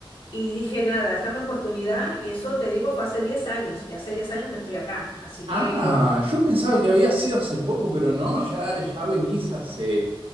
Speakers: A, on the left (about 70°); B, on the right (about 75°).
A: y dije, nada, esta es mi oportunidad. Y eso, te digo, fue hace 10 años. Y hace 10 años que estoy acá. Así
B: Ah,
A: que
B: yo pensaba que había sido hace poco, pero no, ya, ya venís hace.